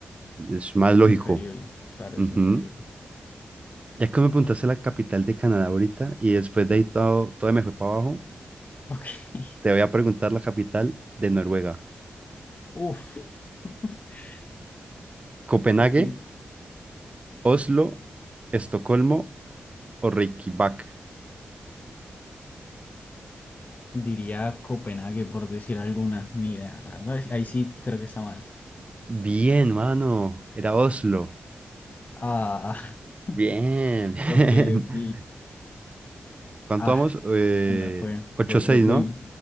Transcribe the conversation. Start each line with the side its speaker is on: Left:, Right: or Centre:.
Right: es más lógico.
Left: inferible. Claro,
Right: Ujú.
Left: es inferible.
Right: Ya que me preguntaste la capital de Canadá ahorita y después de ahí todo, todo me fue para abajo,
Left: Ok. <laughs>
Right: te voy a preguntar la capital de Noruega.
Left: Uf. <laughs>
Right: Copenhague,
Left: Ok.
Right: Oslo, Estocolmo o Reykjavik.
Left: Diría Copenhague por decir alguna, ni idea, la verdad. Ahí sí creo que está mal.
Right: Bien, mano. Era Oslo.
Left: Ah,
Right: Bien,
Left: <laughs>
Right: <laughs> bien.
Left: ok, ok.
Right: ¿Cuánto
Left: Ah,
Right: vamos? Eh,
Left: se me fue. Voy,
Right: 8-6,
Left: voy, voy.
Right: ¿no?